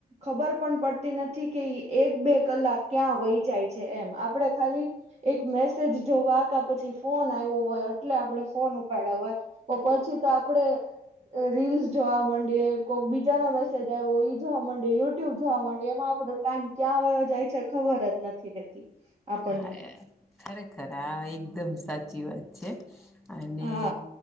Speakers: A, on the right (about 45°); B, in the centre.
A: ખબર પણ પડતી નથી કે એક બે કલાક ક્યાં વહી જાય છે, એમ આપડે ખાલી એક મેસેજ જોવા કા પછી ફોન આવ્યો હોય એટલે આપણે ફોન ઉપાડ્યા હોય તો પછી તો આપડે રીલ્સ જોવા માંડીએ કોક બીજાનો મેસેજ આવ્યો જોવા માંડયે યુટ્યુબ જોવા માંડયે એમાં આપડો ટાઈમ ક્યાં આવયો જાય છે, ખબર જ નથી રેતી આપણને
B: હા ખરેખર આ એકદમ સાચી વાત છે. અને
A: હા